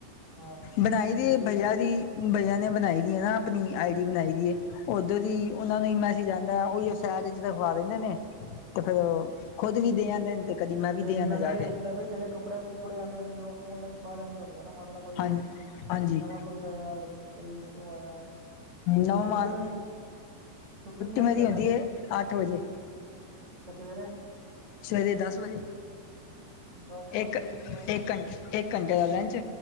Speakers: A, on the right (about 65°); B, on the left (about 80°).
A: ਹਾਂ
B: ਬਣਾਈ ਦੀ
A: ਨਹੀਂ
B: ਏ ਭਈਆ ਦੀ ਭਈਆ ਨੇ ਬਣਾਈ ਦੀ ਨਾ ਆਪਣੀ ਆਈ ਡੀ ਬਣਾਈ ਦੀ ਏ। ਉਧਰ ਈ ਓਨਾ ਨੂੰ ਈ ਮੈਸੇਜ ਆਂਦਾ ਉਈਓ ਸੈਜ਼ ਇਚ ਰਖਵਾ ਦੇਂਦੇ ਨੇ। ਤੇ ਫੇਰ ਓ ਖੁਦ ਵੀ ਦੇ ਆਂਦੇ ਨੇ ਤੇ ਕਦੀ ਮੈਂ ਵੀ
A: ਤੇ
B: ਦੇ
A: ਨਵੇਂ-ਨਵੇਂ
B: ਆਂਦਾ ਜਾ ਕੇ
A: ਜੇੜੇ ਕੱਪ ਕੱਪੜੇ ਕੁਪੜੇ ਆਦੇ ਨੇਗੇ, ਓ ਔਨਲਾਈਨ ਪਾ ਦੇਂਦੇ ਹੋਣਗੇ ਮੰਨ ਲਓ ਕੋਈ
B: ਹਾਂ ਹਾਂਜੀ
A: ਨਵਾਂ ਕੋਈ ਆਇਆ ਓ ਕੋਈ ਸੋ ਆਇਆ। ਤੇ
B: ਨੌ
A: ਛੁੱਟੀ
B: ਮਾਲ
A: ਕਿੰਨੇ ਵਜੇ ਛੁੱਟੀ ਕਿੰਨੇ
B: ਮੇਰੀ
A: ਵਜੇ ਕਰਨੈ
B: ਹੁੰਦੀ
A: ਫਿਰ
B: ਹੈ ਅੱਠ ਵਜੇ
A: ਤੇ ਸਵੇਰੇ?
B: ਸਵੇਰੇ ਦਸ ਵਜੇ
A: ਬਸ
B: ਇੱਕ-ਇੱਕ
A: ਠੀਕ ਯਾਰ
B: ਘੰ ਇੱਕ ਘੰਟੇ ਦਾ ਲੰਚ